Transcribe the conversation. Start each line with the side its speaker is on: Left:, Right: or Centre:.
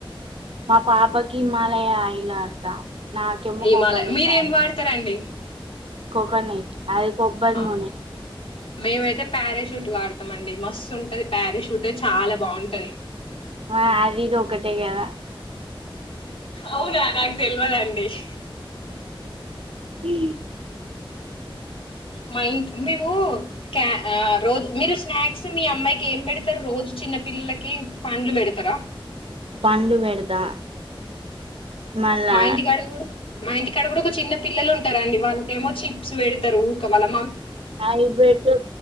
Right: మా పాపాకి హిమాలయ ఆయిల్ వాడతా నాకేమో
Left: హిమాలయ
Right: కోకోనట్
Left: మీరేం
Right: ఆయిలు
Left: వాడతారండి
Right: కోకోనట్ అది కొబ్బరి
Left: ఆ,
Right: నూనె
Left: మేమైతే పారాషూట్ వాడతాం అండి మస్తు ఉంటది పారాషూట్ చాలా బాగుంటది
Right: మరి అది ఇది ఒకటే కదా
Left: అవునా నాకు తెల్వదండి బన్స్
Right: ఈ
Left: మా ఇం మేము క్యా ఆ రోజు మీరు స్నాక్స్ మీ అమ్మాయికి ఏం పెడతారు రోజు చిన్న పిల్లలకి పండ్లు పెడుతారా.
Right: పండ్లు పెడతా మళ్ళా
Left: మా ఇంటి కాడ కూడా మా ఇంటిక్కడ కూడా ఒక చిన్న పిల్లలు ఉంటారండి వాళ్ళకేమో చిప్స్ పెడతారు ఊక వల్ల
Right: అయి పెట్టు